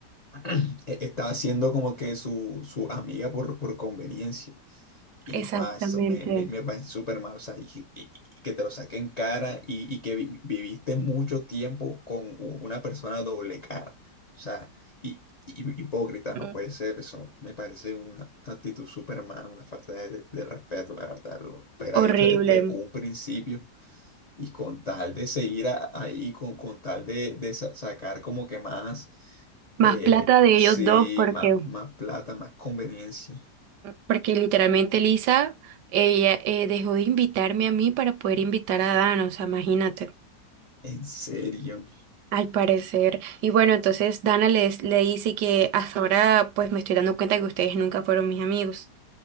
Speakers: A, on the left (about 60°); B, on the right (about 75°).
A: <clears throat> e- estaba siendo como que su, su amiga por, por conveniencia. Y
B: Exactamente.
A: dijo, ah, eso me, me, me parece súper mal. O sea, y, y- y que te lo saque en cara y, y que vi- viviste mucho tiempo con u- una persona doble cara. O sea, y, y- hipócrita, no
B: Mm.
A: puede ser eso. Me parece una actitud súper mal una falta de, de- de respeto, la verdad. Lo hubiera
B: Horrible.
A: dicho desde un principio y con tal de seguir a- ahí, con, con tal de, de sa- sacar como que más, eh,
B: Más plata de
A: sí,
B: ellos dos porque,
A: má- más, plata, más conveniencia.
B: porque literalmente Lisa, ella eh, dejó de invitarme a mí para poder invitar a Dana, o sea, imagínate,
A: En serio.
B: al parecer. Y bueno, entonces Dana les, le dice que hasta ahora pues me estoy dando cuenta que ustedes nunca fueron mis amigos.